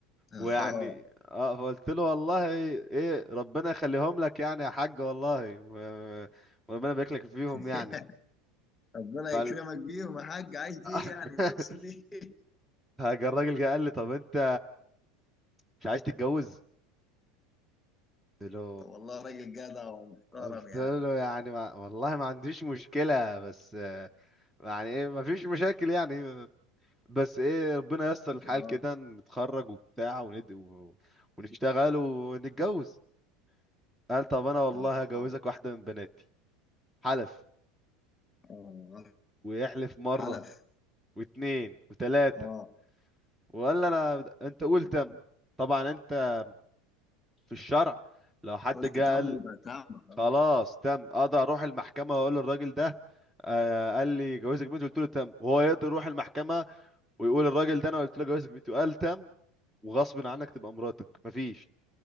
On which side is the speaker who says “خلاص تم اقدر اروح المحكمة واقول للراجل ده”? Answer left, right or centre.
Centre